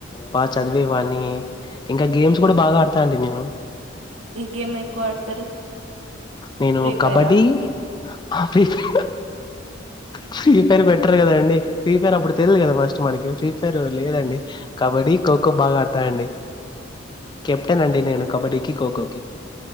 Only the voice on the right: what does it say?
ఈ గేమ్ ఎక్కువ ఆడతారు
ఫ్రీ
ఫైరా